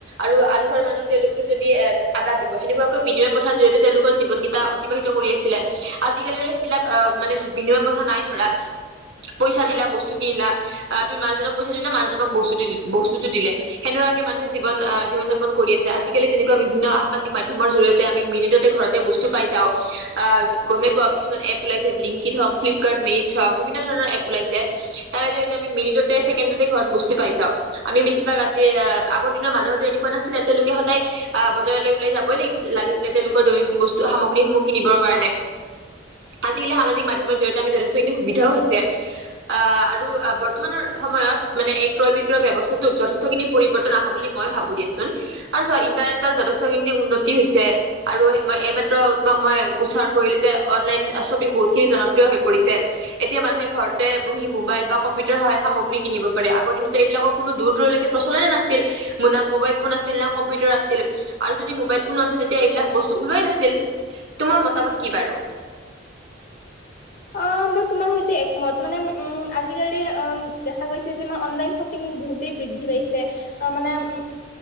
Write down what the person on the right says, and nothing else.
আৰু আন ঘৰৰ মানুহক তেওঁলোকক যদি এ আৰু আন ঘৰ মানুহ তেওঁলোকে যদি আদা দিব সেনেকুৱাকৈ বিনিময় পথাৰ জৰিয়তে তেওঁলোকৰ জীৱন কিটা অতিবাহিত কৰি আছিলে। আজিকালি আৰু সেইবিলাক আহ মানে বিনিময় প্ৰথা নাই ধৰা। পইচা দিলা বস্তু কিনিলা। আহ তুমি মানুজনক পইচাটো দিলা মানুহ তোক বস্তু দিল বস্তুটো দিলে সেনেকুৱাকে মানুহে জীৱন আ। জীৱন যাপন কৰি আছে আজিকালি যেনেকুৱা বিভিন্ন সামাজিক মাধ্যমৰ জৰিয়তে আমি মিনিটতে ঘৰতে বস্তু পাই যাওঁ। আহ গমে পোৱা কিছুমান এপ ওলাইছে ব্লিংকিত হওক ফ্লিপকাৰ্ট মিটছ হওক বিভিন্ন ধৰণৰ এপ ওলাইছে। তাৰে জৰিয়তে আমি মিনিটতে ছেকেণ্ডতে ঘৰত বস্তু পাই যাওঁ। আমি বেছিভাগ আজি এ আগৰ দিনৰ মানুহৰটো এনেকুৱা নাছিলে তেওঁলোকে সদায়। আহ বজাৰলৈ ওলাই যাবই লাগিব চিলে লাগিছিলে তেওঁলোকৰ দৈন বস্তু সামগ্ৰীসমূহ কিনিবৰ কাৰণে। আজিকালি সামাজিক মাধ্যমৰ জৰিয়তে আমি যথেষ্টখিনি সুবিধাও হৈছে আ আৰু বৰ্তমানৰ সময়ত মানে এই ক্ৰয় বিক্ৰয় ব্যৱস্থাটো যথে থ খিনি পৰিৱৰ্তন আহা বুলি মই ভাবো দিয়াচোন আৰু চোৱা ইণ্টাৰনেটৰ যথেষ্টখিনি উন্নতি হৈছে। আৰু এ এইমাত্ৰ তোমাক মই উচ্চাৰণ কৰিলো যে অনলাইন শ্বপিং বহুতখিনি জনপ্ৰিয় হৈ পৰিছে এতিয়া মানুহে ঘৰতে বহি মোবাইল বা কম্পিউটাৰ সহায়ত সামগ্ৰী কিনিব। পাৰে আগৰ দিনত এইবিলাকৰ কোনো দূৰ দূৰলৈকে প্ৰচলনে নাছিল মোনা। ফোন আছিল না কম্পিউটাৰ আছিল আৰু যদি মোবাইল ফোনো আছিল তেতিয়া এইবিলাক বস্তু ওলোৱাই নাছিল। তোমাৰ মতামত কি বাৰু।